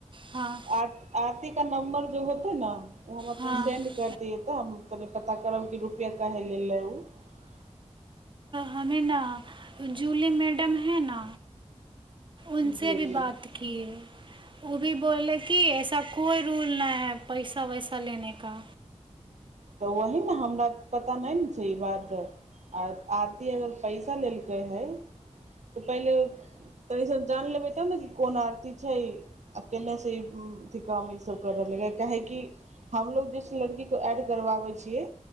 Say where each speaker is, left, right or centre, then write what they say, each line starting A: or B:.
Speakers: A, on the right (about 45°); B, on the right (about 80°).
A: हँ
B: आती आरतीेा नम्बर जे होतै ने ओ हम
A: हँ
B: तनि सेंड करि दियै तऽ हम कनि पता करब कि रुपैआ काहे लेले ले ओ
A: हमे ने जूली मैडम है न उसँ
B: जूली
A: भी बात कए ओ भी बोले कि ऐसा कोइ रूल नहि है पैसा वैसा लेने का
B: तऽ वही ने हमरा पता नहि ने क क क करबाबै छियै